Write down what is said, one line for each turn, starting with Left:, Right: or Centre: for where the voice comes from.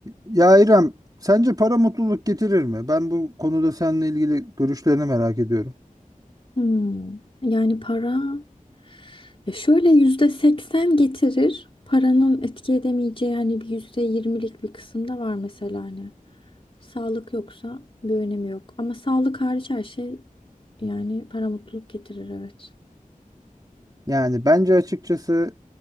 Right: Ya İrem, sence para mutluluk getirir mi? Ben bu konuda seninle ilgili görüşlerini merak ediyorum.
Left: Hmm, yani para ya şöyle yüzde seksen getirir. Paranın etki edemeyeceği hani bir yüzde yirmilik bir kısım da var mesela hani. Sağlık yoksa bir önemi yok. Ama sağlık hariç her şey yani para mutluluk getirir evet.
Right: Yani bence açıkçası